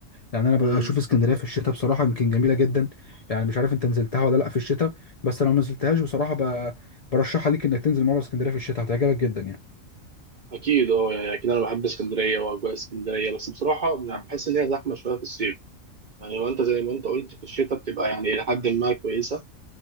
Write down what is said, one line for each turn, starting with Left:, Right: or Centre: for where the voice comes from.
Left: يعني انا بشوف
Right: مم.
Left: اسكندريه في الشتاء بصراحه يمكن جميله جدا يعني مش عارف انت نزلتها ولا لا في الشتاء بس لو ما نزلتهاش بصراحه ب... برشحها ليك انك تنزل مره اسكندريه في الشتاء هتعجبك جدا يعني
Right: اكيد اه يعني اكيد انا بحب اسكندريه واجواء اسكندريه بس بصراحه يعني بحس ان هي زحمه شويه في الصيف يعني وانت زي ما انت قلت في الشتاء بتبقى يعني الى حد ما كويسه